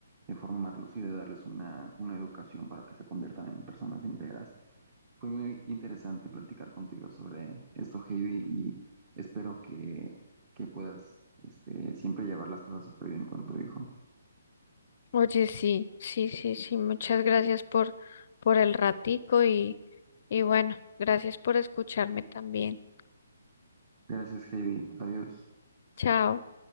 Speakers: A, on the right (about 25°); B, on the left (about 45°).
A: de formarlos y de darles una, una educación para que se conviertan en personas íntegras. Fue muy interesante platicar contigo sobre esto, Heidi, y espero que, que puedas este, siempre llevar las cosas súper bien con tu hijo.
B: Oye, sí, sí, sí, sí, muchas gracias por, por el ratico y, y bueno, gracias por escucharme también.
A: Gracias, Heidi. Adiós.
B: Chao.